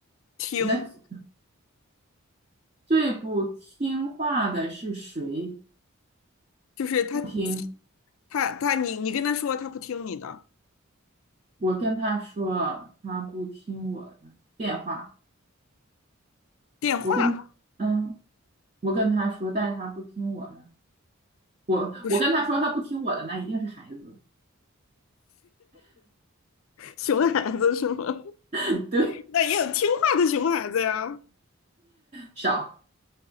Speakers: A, on the left; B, on the right.
A: 听，
B: 那最不听话的是谁？
A: 就是他
B: 不听。
A: 他他你你跟他说他不听你的
B: 我跟他说，他不听我的电话。
A: 电话，
B: 我跟嗯，我跟他说，但是他不听我的。我我跟他说，
A: 不是
B: 他不听我的，那一定是孩子，
A: 熊孩子是吗？
B: <laughs> 对，
A: <laughs> 那也有听话的熊孩子呀。
B: 少，